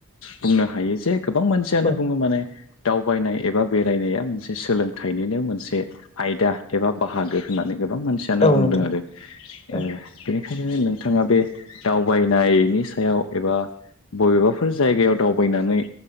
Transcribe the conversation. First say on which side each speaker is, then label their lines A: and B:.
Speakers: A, on the left; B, on the left.
A: बुंनो हायो जे गोबां मानसियानो
B: औ
A: बुङो माने दावबायनाय एबा बे फरायनाया मोनसे सोलोंथाइनिनो मोनसे आयदा एबा बाहागो होननानै गोबां मान सानो
B: औ
A: बुंदों
B: नोंथां
A: आरो ओ
B: औ
A: बे बेखायनो नोंथाङा बे दावबायनायनि सायाव एबा बबेबाफोर जायगायाव दावबायनानै